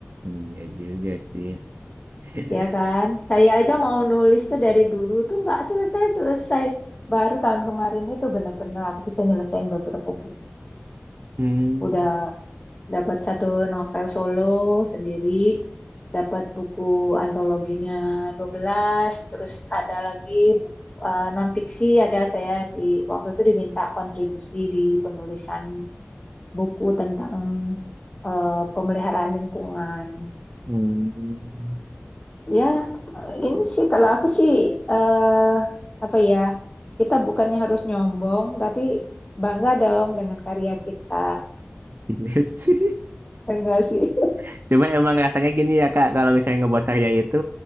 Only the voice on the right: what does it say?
iya juga sih <laughs>
hmm,
hmm.
iya sih
<laughs> coba emang rasanya gini ya Kak, kalau misalnya ngebuat karya itu,